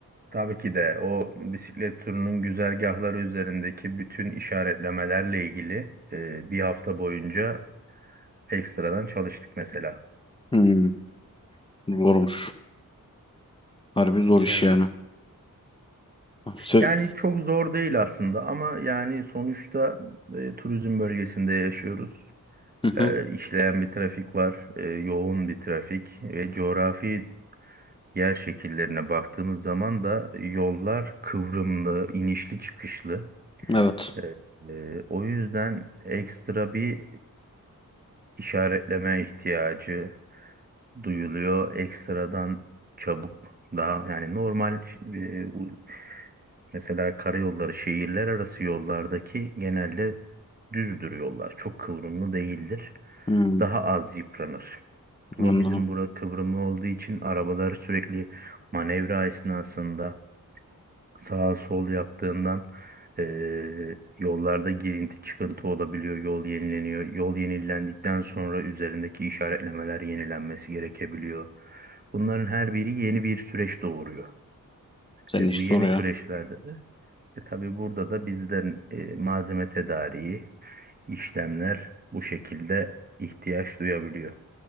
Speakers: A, on the right (about 30°); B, on the left (about 15°).
A: Tabii ki de o bisiklet turunun güzergahları üzerindeki bütün işaretlemelerle ilgili e, bir hafta boyunca ekstradan çalıştık mesela.
B: Hı. Zormuş. Harbi zor iş
A: Evet.
B: yani. Sen...
A: Yani çok zor değil aslında ama yani sonuçta e, turizm bölgesinde yaşıyoruz.
B: Hı hı.
A: E, işleyen bir trafik var, e, yoğun bir trafik ve coğrafi Yer şekillerine baktığımız zaman da yollar kıvrımlı, inişli çıkışlı.
B: Evet.
A: Ee, e, o yüzden ekstra bir e, işaretleme ihtiyacı duyuluyor. Ekstradan çabuk daha yani normal e, u- mesela karayolları şehirler arası yollardaki genelde düzdür yollar. Çok kıvrımlı değildir.
B: Hı.
A: Daha az yıpranır.
B: Anladım.
A: Ama bizim bura kıvrımlı olduğu için arabalar sürekli manevra esnasında sağa sol yaptığından eee, yollarda girinti çıkıntı olabiliyor. Yol yenileniyor. Yol yenilendikten sonra üzerindeki işaretlemeler yenilenmesi gerekebiliyor. Bunların her biri yeni bir süreç doğuruyor.
B: Senin
A: E,
B: iş
A: bu yeni
B: zor ya.
A: süreçlerde de e, tabii burada da bizden e, malzeme tedariği, işlemler bu şekilde ihtiyaç duyabiliyor.